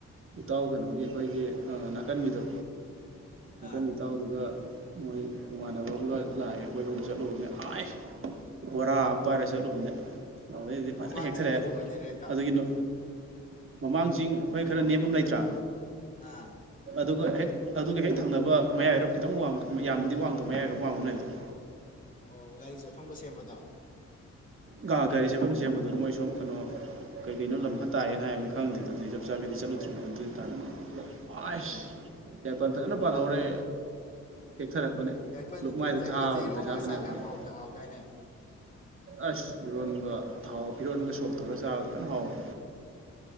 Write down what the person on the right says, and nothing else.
ꯏꯇꯥꯎ ꯀꯩꯅꯣ ꯑꯩꯈꯣꯏꯒꯤ ꯑ ꯅꯥꯀꯟꯒꯤꯗꯣ
ꯅꯥꯀꯟꯒꯤ ꯏꯇꯥꯎꯗꯨꯒ ꯃꯣꯏ ꯃꯥꯃꯥꯟꯅꯕ ꯑꯃꯒ ꯂꯥꯛꯑꯦ ꯑꯩꯈꯣꯏ ꯔꯣꯝ ꯆꯠꯂꯨꯕꯅꯦ ꯑꯥꯏ ꯕꯣꯔꯥ ꯑꯃ ꯄꯥꯏꯔ ꯆꯠꯂꯨꯕꯅꯦ꯫ ꯑꯗꯩꯗꯤ ꯐꯖꯅ
ꯍꯦꯛꯊꯔꯛꯑꯦ
ꯑꯗꯒꯤꯅꯣ ꯃꯃꯥꯡ ꯆꯤꯡ ꯑꯩꯈꯣꯏ ꯈꯔ ꯅꯦꯝꯕ ꯑꯃ ꯂꯩꯇ꯭ꯔꯥ
ꯑꯗꯨꯒ ꯍꯦꯛ ꯑꯗꯨꯒ ꯍꯦꯛ ꯊꯪꯅꯕ ꯃꯌꯥꯏ ꯋꯥꯏꯔꯞ ꯈꯤꯇꯪ ꯋꯥꯡ ꯌꯥꯝꯅꯗꯤ ꯋꯥꯡꯗꯕ ꯃꯌꯥꯏ ꯋꯥꯏꯔꯣꯞ ꯋꯥꯡꯕ ꯑꯃ ꯂꯩꯕꯗꯣ꯫
ꯒꯥ ꯒꯥꯔꯤ ꯁꯠꯐꯝ ꯁꯦꯝꯕꯗꯣ ꯃꯣꯏ ꯁꯨꯝ ꯀꯩꯅꯣ ꯀꯩ ꯀꯩꯅꯣ ꯂꯝ ꯈ ꯇꯥꯏꯌꯦꯅ ꯍꯥꯏꯕꯅꯤ ꯈꯪꯗꯦ ꯑꯗꯨꯗꯤ ꯆꯞ ꯆꯥꯕꯤꯗꯤ ꯆꯠꯂꯨꯗ꯭ꯔꯤꯕꯅꯤꯅ ꯑꯗꯨ ꯇꯥꯅ꯫ ꯑꯥꯏꯁ
ꯌꯥꯏꯄꯟ ꯐꯖꯅ ꯄꯥꯜꯍꯧꯔꯦ꯫ ꯇꯦꯛꯊꯔꯛꯄꯅꯦ
ꯂꯨꯛꯃꯥꯏꯗ
ꯊꯥꯕꯅꯦ
ꯄꯩꯁꯥ ꯐꯅꯌꯥꯝ
ꯐꯪꯉꯦ
ꯑꯁ ꯏꯔꯣꯟꯕ ꯊꯥꯎ ꯏꯔꯣꯟꯕ ꯁꯣꯛꯇꯧꯔ ꯆꯥꯕꯗ ꯐꯖꯅ ꯍꯥꯎꯋꯦ꯫